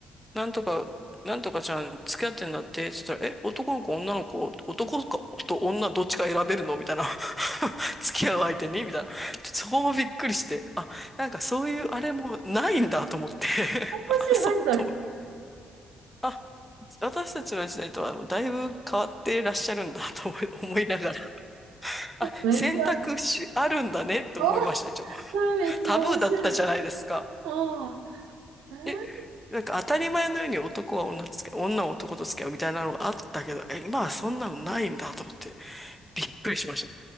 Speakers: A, in the centre; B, on the right.
A: なんとか、なんとかちゃん付き合ってんだってって言ったら、え、男の子、女の子、男かと女どっちか選べるのみたいな。<laughs> 付き合う相手にみたいな。そこもびっくりして、あ、なんかそういうあれもないんだと思って、<laughs>
B: 面
A: あ、そうと思って。
B: 白い、それ。
A: あ私たちの時代とはもうだいぶ変わってらっしゃるんだと思い思いながらあ、
B: めっちゃ、
A: 選択肢あるんだねって思いました、
B: あ
A: 一応。
B: それめっちゃ面白い。
A: タブーだったじゃないですか。
B: うん。え
A: え、なんか当たり前のように男は女と付き合う、女は男と付き合うみたいなのがあったけど、え、今はそんなのないんだと思って、びっくりしまし